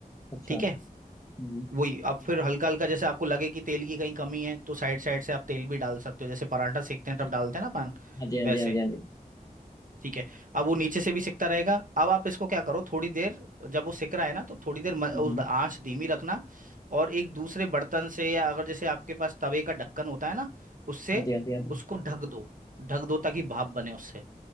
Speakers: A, on the left (about 25°); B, on the right (about 60°).
A: अच्छा
B: ठीक है
A: हम्म
B: वही अब फिर हल्का हल्का जैसे आपको लगे कि तेल की कहीं कमी है तो साइड साइड से आप तेल भी डाल सकते हो जैसे पराठा सेकते
A: अच्छा
B: हैं तब डालते हैं ना अपन
A: हाँ जी हाँ
B: वैसे
A: जी हाँ जी हाँ जी
B: ठीक है अब वो नीचे से भी सिकता रहेगा अब आप इसको क्या करो थोड़ी देर जब वो सिक रहा है ना तो थोड़ी देर म- उस
A: हम्म हम्म,
B: आंच धीमी रखना और एक दूसरे बर्तन से या अगर जैसे आपके पास तवे का ढक्कन होता है ना उससे
A: हाँ जी हाँ जी हाँ जी
B: उसको ढक दो ढक दो ताकि भाप बने उससे